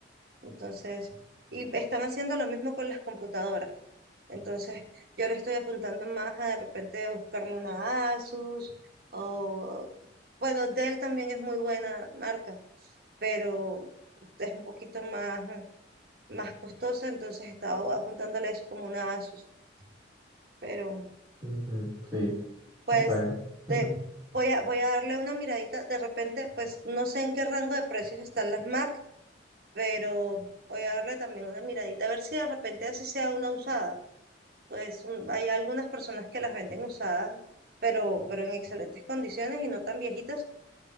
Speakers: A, on the right; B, on the right.
A: Entonces, y están haciendo lo mismo con las computadoras. Entonces, yo le estoy apuntando más a de repente buscarme una Asus o, bueno, Dell también es muy buena marca pero es un poquito más, mm, más costosa, entonces estaba apuntándole eso como una Asus, pero
B: Ujú, sí,
A: pues
B: bueno.
A: te,
B: ujú,
A: voy a, voy a darle una miradita, de repente pues no sé en qué rango de precios están las Mac, pero voy a darle también una miradita, a ver si de repente así sea una usada, pues un- hay algunas personas que las venden usadas. Pero, pero en excelentes condiciones y no tan viejitas.